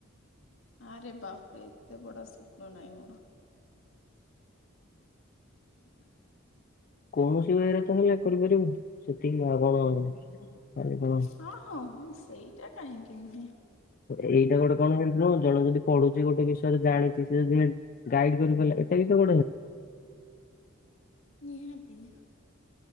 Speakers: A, on the left (about 70°); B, on the left (about 45°).
A: ଆରେ ବାପରେ ଏତେ ବଡ ସ୍ୱପ୍ନ ନାହିଁ ମୋର। <inaudible>
B: କୌଣସିରେ <unintelligible>
A: ହଁ- ହଁ -ହଁ ସେଇଟା କାହିଁକି ନୁହେଁ?
B: ଏଇଟା ଗୋଟେ କଣ ନୁହଁ? ଜଣେ ଯଦି ପଢୁଛି ଗୋଟେ ବିଷୟରେ ଜାଣିଛି ସେ ଯଦି ଗାଇଡ କରିପାରିଲା ଏଟା ବି ତ <inaudible>
A: ନିହାତିି।